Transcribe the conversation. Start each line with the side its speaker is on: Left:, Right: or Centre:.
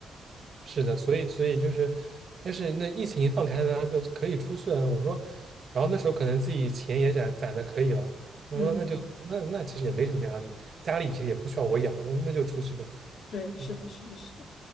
Right: 是的，所以所以就是，但是那疫情一放开呢，就可以出去了。我说，然后那时候可能自己钱也攒攒的可以了，我说那就那那其实也没什么压力，
Left: 嗯，
Right: 家里其实也不需要我养，那那就出去呗。
Left: 对，是的，
Right: 嗯，
Left: 是的，是的。